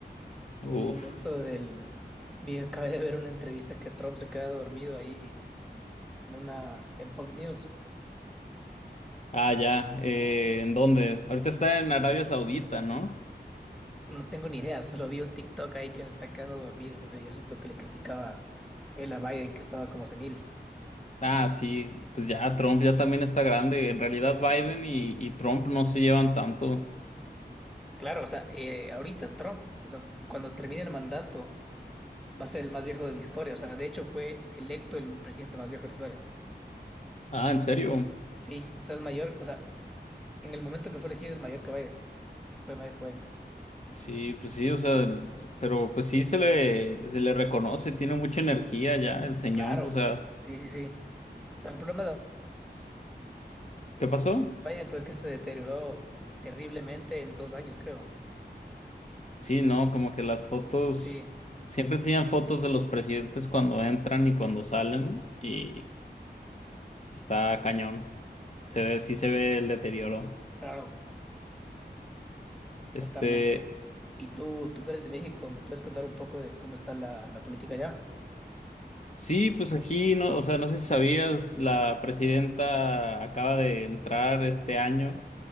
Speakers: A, on the left (about 40°); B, in the centre.
A: Uf,
B: eh, viendo esto del... Vi, acabé de ver una entrevista que Trump se queda dormido ahí en una... en Fox News.
A: ah, ya, eh, ¿en dónde? Ahorita está en Arabia Saudita, ¿no?
B: No tengo ni idea, <laughs> solo vi un TikTok ahí que se está quedando dormido y eso es lo que le criticaba él a Biden, que estaba como senil.
A: Ah, sí, pues ya Trump ya también está grande, en realidad Biden y, y Trump no se llevan tanto.
B: Claro, o sea, eh, ahorita Trump, o sea, cuando termine el mandato, va a ser el más viejo de la historia. O sea, de hecho fue electo el presidente más viejo de la historia.
A: Ah, ¿en serio?
B: Sí,
A: Pues,
B: o sea, es mayor, o sea, en el momento que fue elegido es mayor que Biden. Fue Michael Cohen.
A: sí, pues sí, o sea, el- pero pues sí se le, se le reconoce, tiene mucha energía ya el señor,
B: Claro,
A: o sea,
B: sí, sí, sí. O sea, el problema de
A: ¿qué pasó?
B: Biden fue que se deterioró terriblemente en dos años, creo.
A: Sí, ¿no? Como que las fotos,
B: Sí,
A: siempre enseñan fotos de los presidentes cuando entran y cuando salen y está cañón. Se ve, sí se ve el deterioro.
B: claro,
A: Este,
B: totalmente. Y tú, tú que eres de México, ¿me puedes contar un poco de cómo está la, la política allá?
A: sí, pues aquí, no, o sea, no sé si sabías, la presidenta acaba de entrar este año.